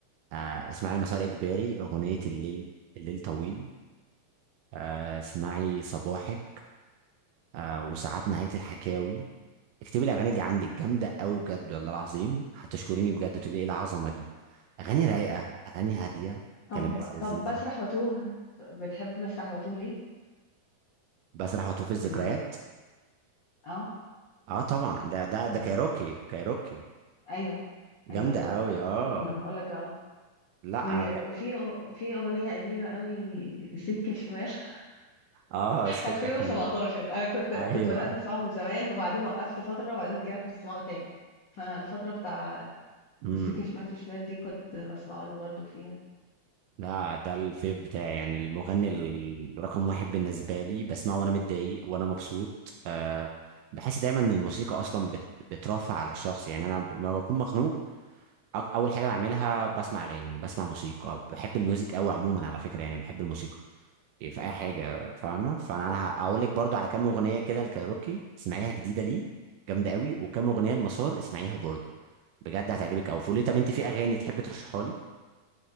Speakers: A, on the right (about 80°); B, on the left (about 70°).
A: آه اسمعي المسار اجباري اغنيه الليل الليل طويل آه اسمعي صباحك آه وساعات نهايه الحكاوي اكتبي الاغاني دي عندك جامده قوي بجد والله العظيم هتشكريني بجد تقولي ايه العظمه دي اغاني رايقه اغاني هاديه
B: طب
A: كلمات لذيذه
B: طب باسرح واتوه بتحب باسرح واتوه ليه؟
A: بسرح واتوه في الذكريات
B: ل آه،
A: اه طبعا ده ده ده
B: باح
A: كايروكي كايروكي
B: أيوه،
A: جامدة
B: أيوه، أيوه
A: قوي
B: باحب
A: اه
B: ك ما أنا باقول لك أهو،
A: لا
B: و
A: انا كان
B: وفي أغ في أغنية قديمة أوي سِكة شمال <laughs>
A: اه سكة
B: 2017
A: شمال
B: أنا كنت كنت
A: ايوه
B: بدأت أسمعه من زمان وبعدين وقفت فترة وبعدين رجعت أسمعه تاني فالفترة بتاع
A: امم
B: السكة شمال في شمال دي كنت بسمعه له برضه فيها
A: لا ده الفيف بتاعي يعني المغني الرقم واحد بالنسبة لي بسمعه وانا متضايق وانا مبسوط أه بحس دايما ان الموسيقى اصلا بت... بترفع على الشخص يعني انا لما بكون مخنوق أك- اول حاجة بعملها بسمع اغاني بسمع موسيقى بحب الميوزك قوي عموما على فكرة يعني بحب الموسيقى إيه، في اي حاجة فاهمة فانا هقول لك برضو على كام اغنية كده الكايروكي اسمعيها جديدة ليه جامدة قوي وكام اغنية المسار اسمعيها برضو بجد هتعجبك قوي فقولي طب انت في اغاني تحب ترشحها لي